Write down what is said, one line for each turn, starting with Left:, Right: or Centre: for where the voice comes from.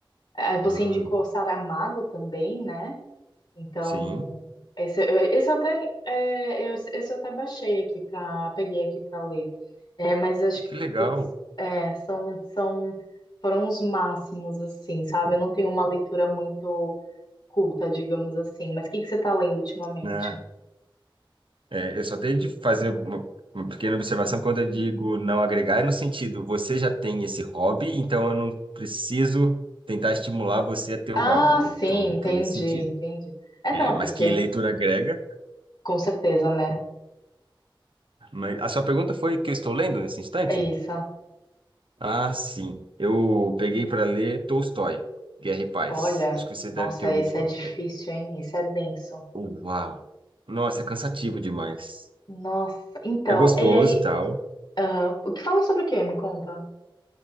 Left: Aí você
Right: Hum,
Left: indicou Saramago também, né? Então,
Right: sim,
Left: esse, esse eu até, é, eu- esse eu até baixei aqui para, peguei aqui para ler. É, mas eu acho que,
Right: que legal.
Left: putz, é, são, são, foram os máximos, assim, sabe? Eu não tenho uma leitura muito culta, digamos assim. Mas o que que você está lendo ultimamente?
Right: né? É, Eu só tenho de fazer uma, uma pequena observação quando eu digo não agregar, é no sentido, você já tem esse hobby, então eu não preciso tentar estimular você a ter
Left: Ah,
Right: o hobby, né?
Left: sim,
Right: Então,
Left: entendi,
Right: foi nesse sentido.
Left: entendi. É, não,
Right: É, mas
Left: porque
Right: que leitura agrega?
Left: Com certeza, né?
Right: Mas a sua pergunta foi o que eu estou lendo nesse instante?
Left: É isso.
Right: Ah, sim. Eu peguei para ler Tolstói, Guerra e Paz.
Left: Olha,
Right: Acho que você
Left: nossa,
Right: deve ter ouvido
Left: esse
Right: falar.
Left: é difícil,
Right: É.
Left: hein? Esse é denso.
Right: Uau! Nossa, é cansativo demais.
Left: Nossa, então,
Right: É gostoso,
Left: e aí,
Right: tal.
Left: aham, o que fala sobre o quê? Me conta.